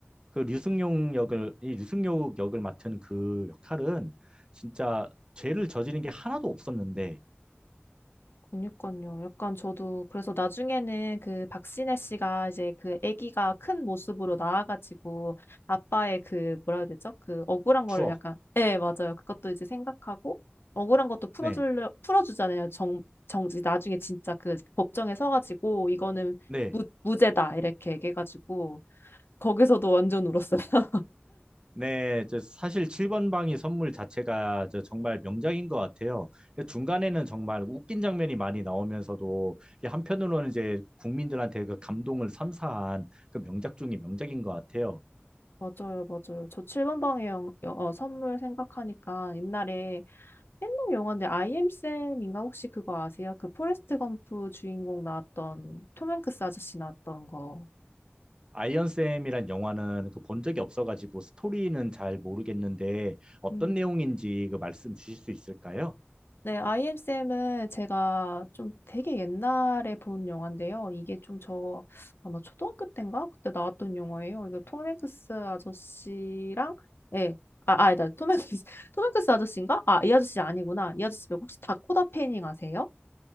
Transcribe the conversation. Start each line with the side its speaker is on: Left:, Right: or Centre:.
Right: 그 류승룡 역을 이 류승룡 역을 맡은 그 역할은 진짜 죄를 저지른 게 하나도 없었는데
Left: 그니까요. 약간 저도 그래서 나중에는 그 박신혜 씨가 이제 그 아기가 큰 모습으로 나와가지고 아빠의 그 뭐라 해야 되죠? 그 억울한 거를
Right: 추억.
Left: 약간 네, 맞아요. 그것도 이제 생각하고 억울한 것도 풀어주려
Right: 네.
Left: 풀어주잖아요. 정 정지 나중에 진짜 그 법정에 서가지고 이거는
Right: 네.
Left: 무, 무죄다 이렇게 얘기해가지고 거기서도 완전 울었어요.
Right: 네, 저 사실 7번 방이 선물 자체가 저 정말 명작인 것 같아요. 근데 중간에는 정말 웃긴 장면이 많이 나오면서도 이게 한편으로는 이제 국민들한테 그 감동을 선사한 그 명작 중의 명작인 것 같아요.
Left: 맞아요, 맞아요. 저 7번 방의 영, 여- 어, 선물 생각하니까 옛날에 옛날 영화인데 아이엠쌤인가 혹시 그거 아세요? 그 포레스트 검프 주인공 나왔던 톰 행크스 아저씨 나왔던 거.
Right: 아이언쌤이란 영화는 그 본 적이 없어가지고 스토리는 잘 모르겠는데 어떤
Left: 음.
Right: 내용인지 그 말씀 주실 수 있을까요?
Left: 네, 아이엠쌤은 제가 좀 되게 옛날에 본 영화인데요. 이게 좀 저 아마 초등학교 때인가 그때 나왔던 영화예요. 이거 톰 행크스 아저씨랑 예. 아, 아, 아니다. 톰 행크스, <laughs> 톰 행크스 아저씨인가? 아, 이 아저씨 아니구나. 이 아저씨 말고 혹시 다코다 패닝 아세요?